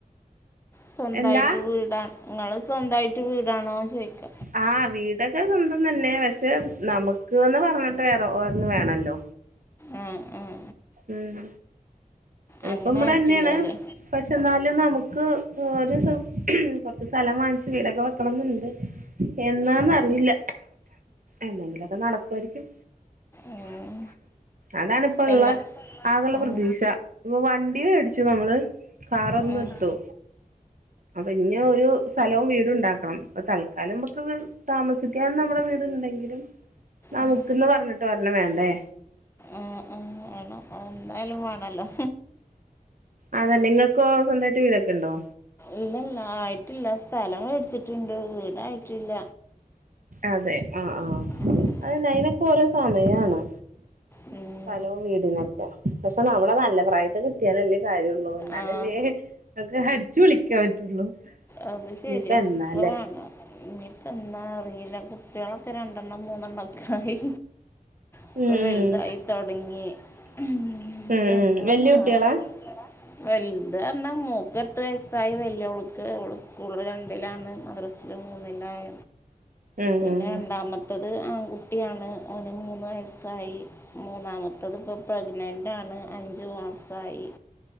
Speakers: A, on the left; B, on the right.
A: സ്വന്തായിട്ട്
B: എന്താ
A: വീടാണ് നിങ്ങള് സ്വന്തയിട്ട് വീടാണോ ചോയിക്ക
B: ആ വീടൊക്കെ സ്വന്തം തന്നെ പക്ഷെ നമുക്ക്ന്ന് പറഞ്ഞിട്ട് വേറെ ഒരെണ്ണം വേണല്ലോ
A: ഉം ഉം
B: ഉം ഇതിപ്പോ
A: അങ്ങനെ
B: ഇമ്മടെ
A: ആയിട്ടില്ലല്ലേ
B: തന്നെണ് പക്ഷെ എന്നാലും നമുക്ക് ഒരു സാ കൊറച്ച് സ്ഥലം വാങ്ങിച്ച് വീടൊക്കെ വെക്കണന്നുണ്ട് എന്നാന്നറിയില്ല
A: ഉം
B: എന്നെങ്കിലൊക്കെ നടക്കുവാരിക്കും
A: ഉം
B: അതാണിപ്പ
A: കല്ല
B: ഉള്ള ആകുള്ള
A: ഉം
B: പ്രതീക്ഷ വണ്ടി മെടിച്ചു നമ്മള് കാറൊന്ന്
A: ഉം
B: എടുത്തു അപ്പൊ ഇനി ഒരു സലവും വീടുഉണ്ടാക്കണം ഇപ്പൊ തൽക്കാലം നമുക്ക്ങ്ങന താമസിക്കാൻ നമ്മുടെ വീട്ണ്ടെങ്കിലും നമുക്ക്ന്ന്
A: ഉം
B: പറഞ്ഞിട്ട് ഒരെണ്ണം വേണ്ടേ
A: ആഹ് ആഹ് വേണം അത് എന്തായാലും വേണല്ലോ?
B: അതെ നിങ്ങൾക്കോ സ്വന്തായിട്ട് വീടൊക്കെ ഉണ്ടോ?
A: ഇല്ലല്ല ആയിട്ടില്ല സ്ഥലം മേടിച്ചിട്ടുണ്ട് വീടായിട്ടില്ല.
B: അതെ ആഹ് ആഹ്
A: ഉം
B: അതന്നെ അയ്നൊക്കെ ഓരോ സമയാണ്.
A: ഉം
B: സ്ഥലോം വീടിനൊക്കെ പക്ഷെ നമ്മളെ നല്ല പ്രായത്ത് കിട്ടിയാലല്ലേ കാര്യഒള്ളൂ എന്നാലല്ലേ.
A: ആഹ്
B: നമക്ക് അടിച്ച് പൊളിക്കാൻ പറ്റുള്ളൂ.
A: അത് ശെരിയാ
B: ഇനിയിപ്പ എന്നാലേ
A: ഇപ്പ വാങ്ങാ ഇനിപ്പ എന്നാ അറിയില്ല കുട്ടികളൊക്കെ രണ്ടെണ്ണം മൂന്നെണ്ണം ഒക്കെ ആയി. ഒക്കെ
B: ഉം
A: വലുതായിതുടങ്ങി
B: ഉം
A: ഉം ഇനി
B: ഉം
A: എന്നന്ന്
B: ഉം വല്യ കുട്ടികളാ
A: ആവൊ. ഏതാ വലുത് പറാഞ്ഞാ മോക് എട്ട് വയസ്സായി വലിയോള്ക്ക് ഓൾ സ്കൂളിൽ രണ്ടിലാണ് മദ്രസിൽ മൂന്നിലായ
B: ഉം
A: പിന്നെ
B: ഉം
A: രണ്ടാമത്തത് ആൺകുട്ടിആണ് ഓന് മൂന്ന് വയസ്സായി. മൂന്നാമത്തത് ഇപ്പോ പ്രഗ്നന്റ് ആണ് അഞ്ചു മാസായി